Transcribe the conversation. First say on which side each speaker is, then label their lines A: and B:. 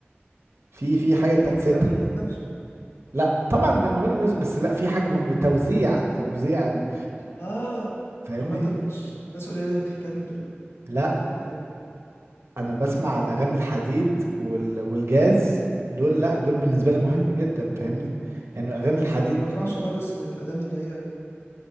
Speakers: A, on the right; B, on the left.
A: في في
B: آه،
A: حاجة أنت
B: المغني
A: نسيتها
B: ذات نفسه
A: لا طبعا ده مغني لازم- بس لا في حاجة مهمة التوزيع توزيع ال-
B: اه
A: فاهمني
B: عامة مش ناس قليلة اللي بتهتم بال
A: لا
B: يعني اللي هو
A: انا بسمع الاغاني الحديد وال... والجاز دول لا دول بالنسبه لي مهم
B: مم.
A: جدا فاهمني يعني الاغاني الحديد
B: انا ما بسمعش
A: دي-
B: خالص غير الاغاني اللي هي